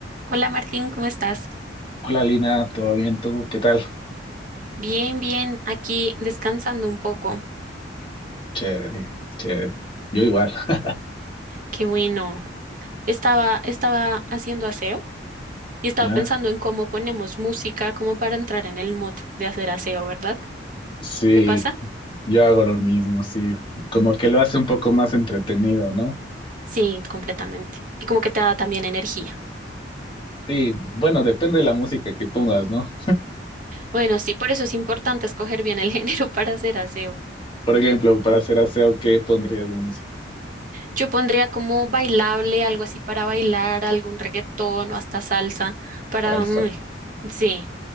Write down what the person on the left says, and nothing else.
Hola Lina, ¿todo bien tú? ¿Qué tal?
Chévere, chévere. Yo igual, <laughs>
¿ya?
Sí,
yo hago lo mismo, sí. Como que lo hace un poco más entretenido, ¿no?
Sí, bueno, depende de la música que pongas, ¿no?
Por ejemplo, para hacer aseo, ¿qué pondrías de música?
Salsa.